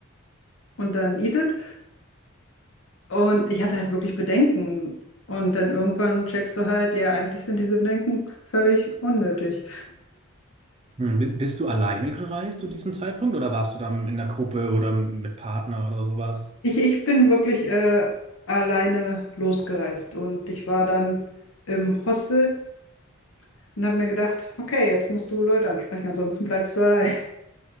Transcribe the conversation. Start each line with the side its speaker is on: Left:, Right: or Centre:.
Left: und dann eat it. Und ich hatte halt wirklich Bedenken. Und dann irgendwann checkst du halt, ja, eigentlich sind diese Bedenken völlig unnötig.
Right: Hm, bi- Bist du alleine gereist zu diesem Zeitpunkt oder warst du dann in der Gruppe oder mit Partner oder sowas?
Left: Ich, ich bin wirklich äh, alleine losgereist und ich war dann im Hostel und habe mir gedacht, okay, jetzt musst du Leute ansprechen, ansonsten bleibst du allein.